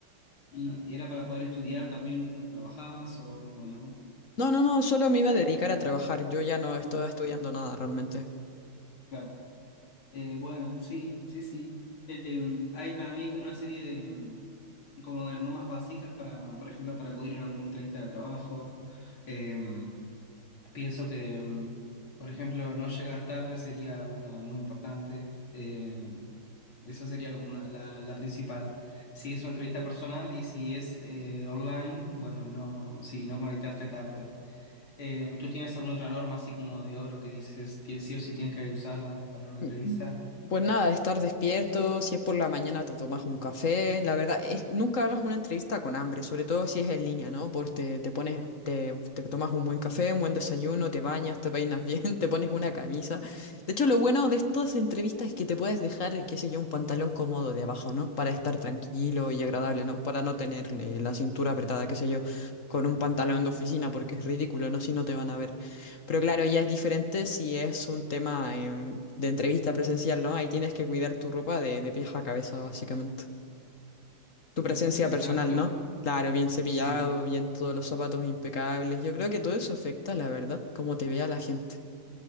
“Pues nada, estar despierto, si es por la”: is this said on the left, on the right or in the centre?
Left